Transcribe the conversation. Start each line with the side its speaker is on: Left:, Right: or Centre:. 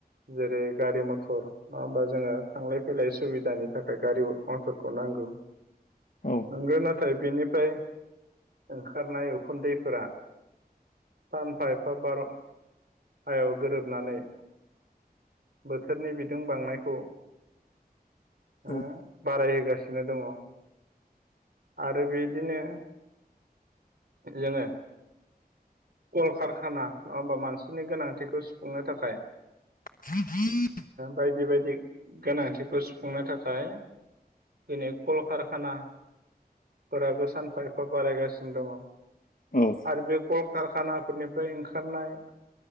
Right: जेरै गारि मथर नङा होमबा जोङो थांलाय फैलाय सुबिदानि। थाखाय गारि अनसरखौ नांगौ।
Left: औ।
Right: मोनगोन नाथाय बेनिफ्राय ओंखारनाय उखुन्दैफोरा सानफा एफा बार' हायाव गोरोबनानै बोथोरनि बिदुं बांनायखौ
Left: औ।
Right: ओ बारायहोगासिनो दङ आरो बिदिनो। जोङो कलकारखाना नङा होमबा मानसिनि गोनांथिखौ खुंनो थाखाय
Left: बिग <unintelligible>
Right: बायदि बायदि गोनांथिखौ सुफुंनो थाखाय दिनै कलकारखानाफोराबो सानफा एफा बारायगासिनो दङ।
Left: औ।
Right: आरो बे कलकारखानाफोरनिफ्राय ओंखारनाय